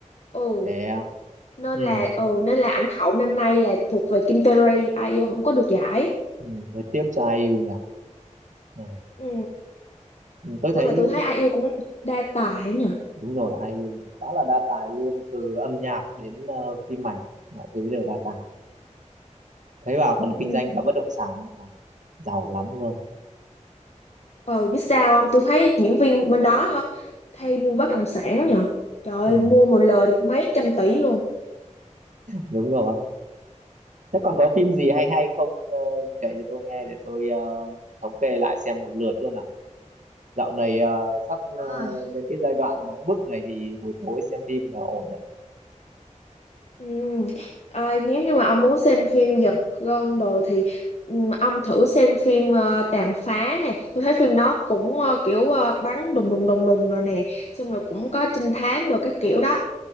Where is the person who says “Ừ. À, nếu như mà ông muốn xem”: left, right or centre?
Left